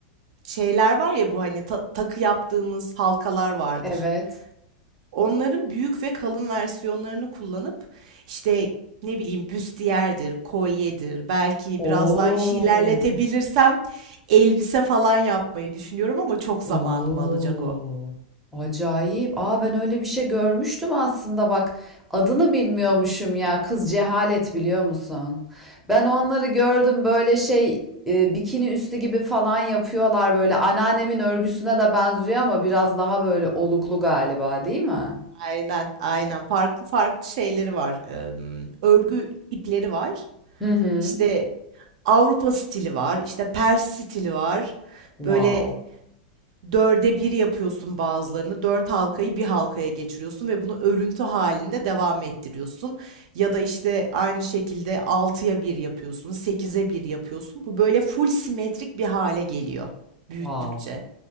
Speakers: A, on the right (about 60°); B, in the centre.
A: şeyler var ya bu hani ta- takı yaptığımız halkalar vardır.
B: evet.
A: Onların büyük ve kalın versiyonlarını kullanıp işte ne bileyim büstiyerdir, kolyedir, belki
B: Oo.
A: biraz daha işi ilerletebilirsem elbise falan yapmayı düşünüyorum ama çok zamanımı
B: Oo,
A: alacak o.
B: acayip. Aa ben öyle bir şey görmüştüm aslında bak. Adını bilmiyormuşum ya. Kız cehalet biliyor musun? Ben onları gördüm böyle şey e, bikini üstü gibi falan yapıyorlar böyle. Anneannemin örgüsüne de benziyor ama biraz daha böyle oluklu galiba değil mi?
A: Aynen, aynen. Farklı farklı şeyleri var. Em, örgü ipleri var.
B: Hı hı.
A: İşte Avrupa stili var, işte Pers stili var.
B: Wow.
A: Böyle dörde bir yapıyorsun bazılarını. Dört halkayı bir halkaya geçiriyorsun ve bunu örüntü halinde devam ettiriyorsun. Ya da işte aynı şekilde altıya bir yapıyorsun, sekize bir yapıyorsun. Bu böyle full simetrik bir hale geliyor büyüttükçe.
B: Wow.